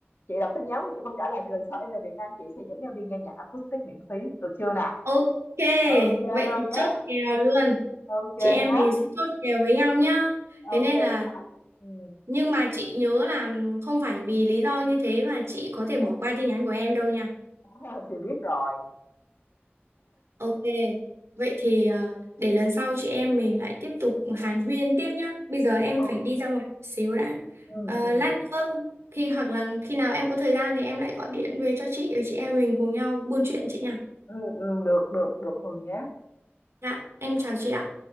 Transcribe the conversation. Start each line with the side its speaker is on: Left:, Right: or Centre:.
Left: chị đọc tin nhắn mà chị không trả lời thì lần sau em về Việt Nam chị sẽ dẫn em đi nghe nhạc acoustic miễn phí được chưa nè
Right: ok,
Left: ok
Right: vậy
Left: luôn
Right: thì
Left: nhé
Right: chốt kèo luôn.
Left: ok
Right: Chị em
Left: nhé
Right: mình sẽ chốt kèo với nhau nhá. Thế
Left: ok
Right: nên là
Left: nhé ừ.
Right: Nhưng mà chị nhớ là không phải vì lý do như thế mà chị có thể bỏ qua tin nhắn của em đâu nha.
Left: <laughs> chị biết rồi
Right: Ok, vậy thì ờ, để lần sau chị em mình lại tiếp tục hàn huyên tiếp nhá. Bây giờ em
Left: Ừ,
Right: phải đi ra ngoài một xíu đã.
Left: ừ,
Right: Ờ,
Left: ừ,
Right: lát nữa khi hoặc là khi nào em có thời gian thì em lại gọi điện về cho chị và chị em mình cùng nhau buôn chuyện chị nha.
Left: ừ, ừ, được, được, được Hường nhé.
Right: Dạ, em chào chị ạ.